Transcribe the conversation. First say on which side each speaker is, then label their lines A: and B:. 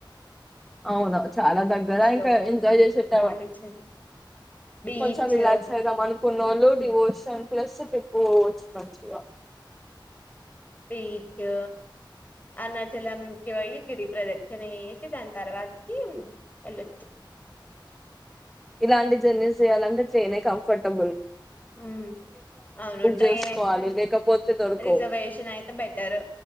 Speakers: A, in the centre; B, on the left.
A: అవును చాలా దగ్గర ఇంకా
B: లో
A: ఎంజాయ్ చేసేటం
B: పాండిచ్చేరి బీచ్
A: కొంచెం రిలాక్స్ అయిదమని కున్నోళ్లు డివోషన్ ప్లస్ ట్రిప్ పోవచ్చు వచ్చుగా
B: బీచు అరుణాచలంకి పోయి గిరి ప్రదక్షిణ చేసి దాని తర్వాతకి వెళ్ళొచ్చు
A: ఇలాంటి జర్నీస్ చేయాలంటే ట్రైనే కం ఫటబుల్
B: ఉ అవును ట్రైన్
A: చేసుకోవాలి
B: అయితే
A: లేకపోతే దొరకవు
B: రిజర్వేషన్ అయితే బెటర్